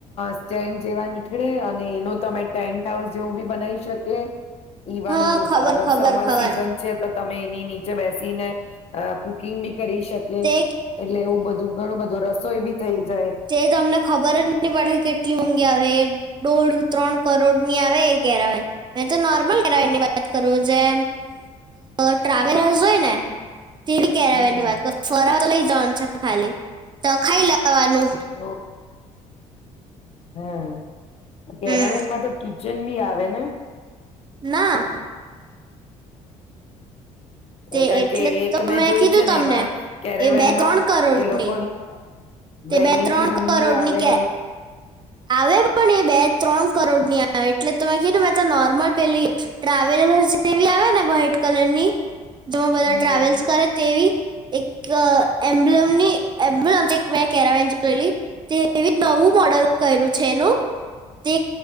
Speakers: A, on the left; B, on the right.
A: સ્ટેન્ડ જેવા નીકળે અને એનું તમે ટેન્ટ હાઉસ જેવું બી બનાવી શકે. ઇવન
B: હા ખબર
A: અગર
B: ખબર
A: સમર
B: ખબર
A: સીઝન છે તો તમે એની ની બેસીને, અ કુકિંગ કરી શકે,
B: તે
A: એટલે એવું બધું ઘણું બધું રસ તોઈ બી થઈ જાય
B: તે તમને ખબર જ નહી પડે કેટલી ઊંઘી આવે એ દોઢ ત્રણ કરોડની આવે એ કેરા મે તો નોર્મલ એરાની વાત કરું જેમ ટ્રાવેલર્સ હોયને. તેવી કેરાવે
A: હમ
B: ની વાત કર ફર લઈ જન છે. ખાલી, તો ખાઈ લ ખાવાનું.
A: ઓહ. હા, તેરાવેન
B: હમ
A: માં તો કી ચંડી આવે ને.
B: ના. તે
A: એ કારણ
B: એટલે
A: કે એક
B: તો
A: મેં જોય
B: કીધું
A: છે ને
B: તમને
A: એમાં, કેરેવેનમાં
B: એ બે ત્રણ કરોડની
A: એ લોકોનું.
B: તે
A: વેનિટી
B: બે ત્રણ
A: રૂમ
B: કરોડની
A: બી આવે.
B: કે આવે પણ એ બે ત્રણ કરોડ ની આવે એટલે તમે કીધું મેં તો નોર્મલ પેલી ટ્રાવેલર્ જેવી આવે ને વ્હાઈટ કલરની જેમાં બધા
A: હમ
B: ટ્રાવેલ્સ કરે તેવી એક એમ્બ્લમની એમ્બલમમ મેં કેરામેન જોયેલી તેવી નવું મોડલ કર્યું છે એનું તે